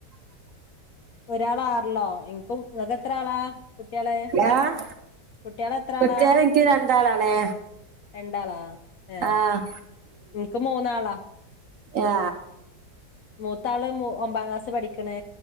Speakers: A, on the left; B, on the right.
A: ഒരാളാറ്ലൊ ഇൻക്കും ങ്ങക്ക് എത്ര ആളാ കുട്ട്യള്
B: ആ
A: കുട്ടിളത്ര
B: കുട്ടികൾ
A: ആളാ
B: എനിക്ക് രണ്ടാളാണേ
A: രണ്ടാളാ ഏ
B: ആഹ്
A: ഇൻക്ക് മൂന്നാളാ
B: യാ
A: മൂത്താള് ഒമ്പാക്ലാസ് പഠിക്ക്‌ണ്